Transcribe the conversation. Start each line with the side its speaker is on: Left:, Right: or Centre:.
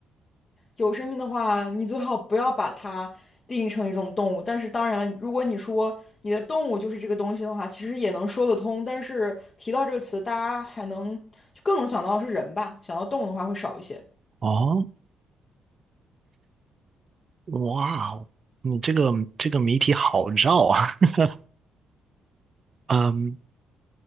Left: 有生命的话，你最好不要把它定义成一种动物。但是，当然，如果你说你的动物就是这个东西的话，其实也能说得通。但是提到这个词，大家还能就更能想到的是人吧，想到动物的话会少一些。
Right: 哦，哇哦，你这个这个谜题好绕啊。<laughs> 嗯，